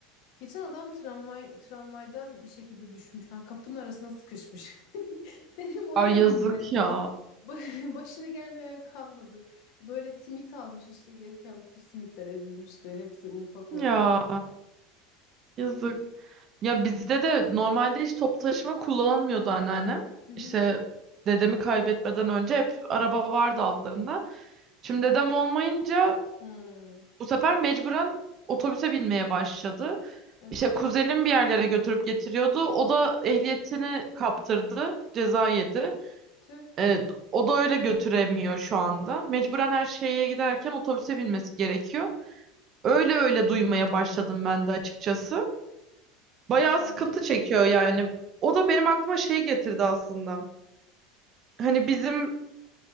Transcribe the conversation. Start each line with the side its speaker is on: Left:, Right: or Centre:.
Left: Geçen adam tramvay tramvaydan bir şekilde düşmüş. Ha, kapının arasına sıkışmış. <laughs> Dedim ona
Right: Ay
Left: da
Right: yazık
Left: binme.
Right: ya.
Left: Ba- <laughs> Başına gelmeyen kalmadı. Böyle simit almış işte gelirken bütün simitler ezilmişti. Hepsi un ufak
Right: Ya
Left: olmuş.
Right: yazık. Ya bizde de normalde hiç toplu taşıma kullanmıyordu anneannem.
Left: Hı hı.
Right: İşte dedemi kaybetmeden önce hep araba vardı altlarında. Şimdi dedem olmayınca
Left: Hmm,
Right: Bu sefer mecburen otobüse binmeye başladı.
Left: evet.
Right: İşte kuzenim bir yerlere götürüp getiriyordu. O da ehliyetini kaptırdı. Ceza yedi.
Left: Tüh
Right: Ee, o da öyle götüremiyor şu anda. Mecburen her şeye giderken otobüse binmesi gerekiyor. Öyle öyle duymaya başladım ben de açıkçası. Bayağı
Left: anladım.
Right: sıkıntı çekiyor yani. O da benim aklıma şey getirdi aslında. Hani bizim